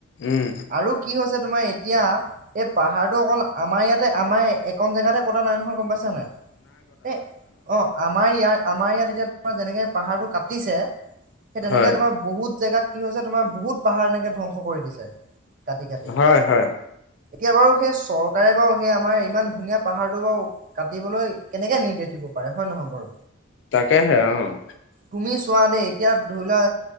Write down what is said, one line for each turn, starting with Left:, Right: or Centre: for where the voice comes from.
Left: উম
Right: আৰু কি হৈছে, তোমাৰ এতিয়া এই পাহাৰটো অকল আমাৰ ইয়াতে আমাৰ একন জাগাতে কতা নাই, নহয়, গম পাইছা। নে, নাই, এ, অ, আমাৰ ইয়াত আমাৰ ইয়াত এতিয়া তোমাৰ যেনেকে পাহাৰটো কাটিছে, সেই তেনেকে
Left: হয়
Right: তোমাৰ বহুত জেগাত কি হৈছে, তোমাৰ বহুত পাহাৰ এনেকে ধ্বংস কৰি দিছে। কাটি কাটি
Left: হয়, হয়।
Right: এতিয়া বাৰু সেই চৰকাৰে বাৰু সেই আমাৰ ইমান ধুনীয়া পাহাৰটো বাৰু কাটিবলৈ কেনেকে নিৰ্দেশ দিব পাৰে হয়, নহয়, বাৰু।
Left: তাকে, হে, অ'।
Right: তুমি চোৱা দেই এতিয়া ধৰি লোৱা